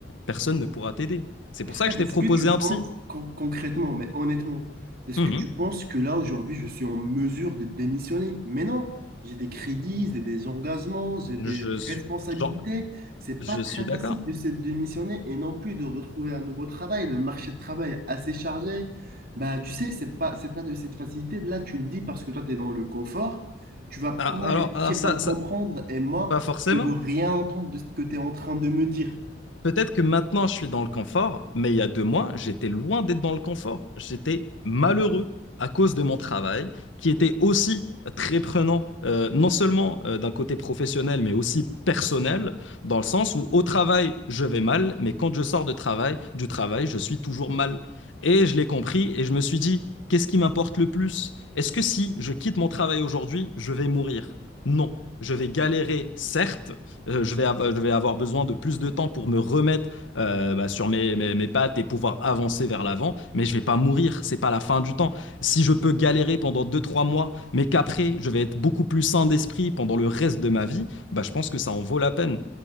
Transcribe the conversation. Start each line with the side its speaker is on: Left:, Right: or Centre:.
Left: personne ne pourra t'aider. C'est pour
Right: frère,
Left: ça que je t'ai
Right: est-ce
Left: proposé
Right: que tu
Left: un
Right: penses,
Left: psy.
Right: con- concrètement, mais honnêtement, est-ce
Left: Mhm.
Right: que tu penses que là, aujourd'hui, je suis en mesure de démissionner? Mais non, j'ai des crédits, j'ai des engagements, j'ai des
Left: Je suis,
Right: responsabilités.
Left: genre,
Right: C'est
Left: je
Right: pas très
Left: suis d'accord.
Right: facile de se démissionner et non plus de retrouver un nouveau travail. Le marché de travail est assez chargé. Bah, tu sais, c'est pas, c'est pas de cette facilité. Là, tu le dis parce que toi, tu es dans le confort. Tu vas pas
Left: Ah, alors,
Right: réussir
Left: alors ça,
Right: à me
Left: ça,
Right: comprendre et moi,
Left: pas forcément.
Right: je veux rien entendre de ce que tu es en train de me dire.
Left: Peut-être que maintenant je suis dans le confort, mais il y a deux mois, j'étais loin d'être dans le confort. J'étais malheureux à cause de mon travail, qui était aussi très prenant, euh, non seulement euh, d'un côté professionnel, mais aussi personnel, dans le sens où au travail, je vais mal, mais quand je sors de travail, du travail, je suis toujours mal. Et je l'ai compris et je me suis dit, qu'est-ce qui m'importe le plus? Est-ce que si je quitte mon travail aujourd'hui, je vais mourir? Non, je vais galérer, certes, euh, je vais, av- je vais avoir besoin de plus de temps pour me remettre euh, bah, sur mes, mes, mes pattes et pouvoir avancer vers l'avant, mais je vais pas mourir, c'est pas la fin du temps. Si je peux galérer pendant deux trois mois, mais qu'après, je vais être beaucoup plus sain d'esprit pendant le reste de ma vie, bah, je pense que ça en vaut la peine.